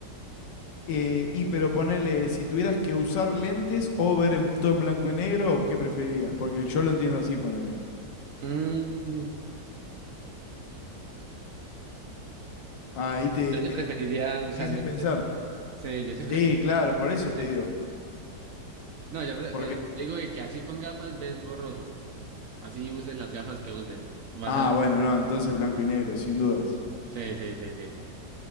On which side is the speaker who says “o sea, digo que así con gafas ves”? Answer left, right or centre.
Right